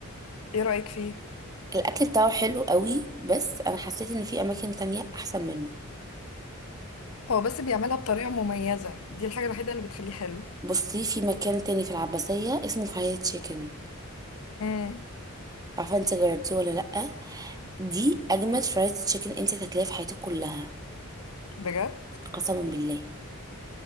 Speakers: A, on the left; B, on the right.
A: ايه رايك فيه
B: الأكل بتاعه حلو قوي بس أنا حسيت إن في أماكن تانية أحسن منه
A: هو بس بيعملها بطريقه مميزه دي الحاجه الوحيده اللي بتخليه حلو
B: بصي في مكان تاني في العباسية اسمه فرايد تشيكن
A: امم
B: عارفة انت جربتيه ولا لأ دي أجمد فرايد تشيكن انت تاكليها في حياتك كلها
A: بجد
B: قسما بالله